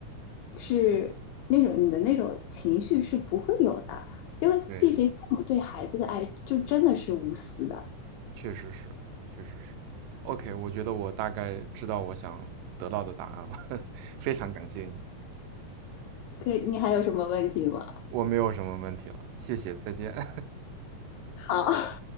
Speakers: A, on the left; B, on the right.
A: 是那种你的那种情绪是不会有的。因为毕竟父母对孩子的爱就真的是无私的。
B: 对。确实是，确实是。OK，我觉得我大概知道我想得到的答案了，<laughs> 非常感谢你，
A: 可你还有什么问题吗？
B: 我没有什么问题了，谢谢，再见。<laughs>
A: 好，